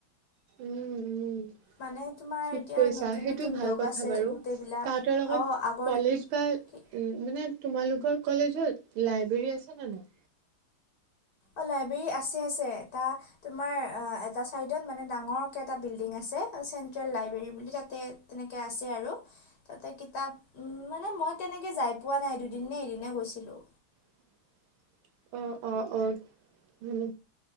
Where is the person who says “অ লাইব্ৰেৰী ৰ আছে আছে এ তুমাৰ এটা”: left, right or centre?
Left